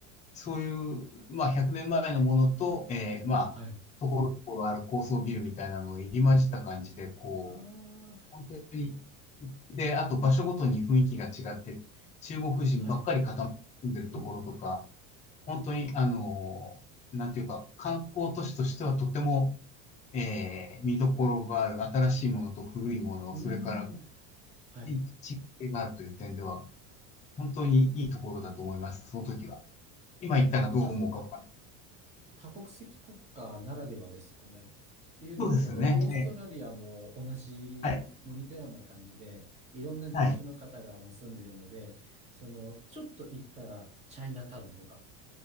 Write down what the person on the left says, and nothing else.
そういう、まあ100年前のものと、えー、まあ、
ところどころある高層ビルみたいなのが入り混じった感じで、こう、
本当に、で、あと場所ごとに雰囲気が違って、中国人ばっかり固まって住んでるところとか、
本当に、あのーなんていうか、観光都市としてはとても、えー見どころがある、新しいものと古いもの、
それから
地域性があるという点では、本当にいいところだと思います、その時は。
今言ったらどう思うかわかんない。
そうですね。
ええはい。
はい。